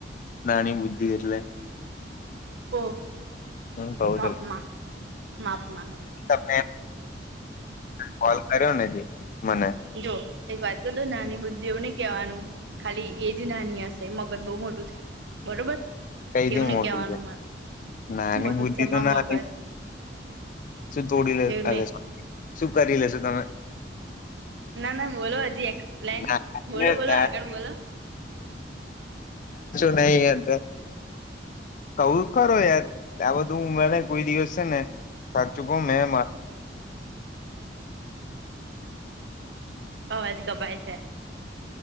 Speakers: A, on the left; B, on the right.
A: નાની બુદ્ધિ એટલે
B: ઓહ
A: હું કઉ
B: માપમાં
A: ચલો
B: માપમાં
A: તમને કોલ કર્યો ને જે મને
B: જો એક વાત તો નાની બુદ્ધિઓ નને કવાનું ખાલી એજ નાની હશે મગજ બહુ મોટું થાય બરોબર
A: કઈથી
B: એવું નહી
A: મોટું
B: કેવાનું
A: છે
B: મન
A: નાની
B: મોટું
A: બુદ્ધિ
B: થમાં
A: તો નાની
B: મગજ
A: શું તોડી લે
B: એવું નહી
A: લ શું કરી લેેશો તમે
B: ના ના બોલો હજી એકસપ્લેન
A: ના
B: બોલો બોલો આગળ બોલો
A: નઈ અંત કવું કરરો યાર આ બધું ઉમેરે કોઈ દિવસ છે ને સા ચુક મે મા
B: અવાજ કપાય છે